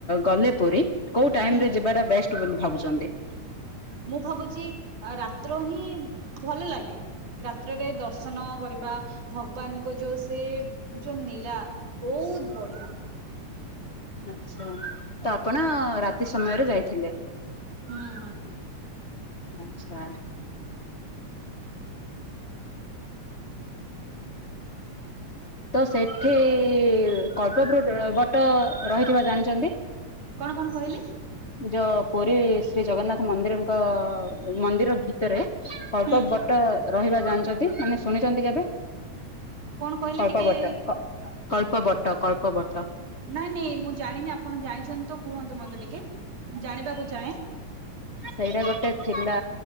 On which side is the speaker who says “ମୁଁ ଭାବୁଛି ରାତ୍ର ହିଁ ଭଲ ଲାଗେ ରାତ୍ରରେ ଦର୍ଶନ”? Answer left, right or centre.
Right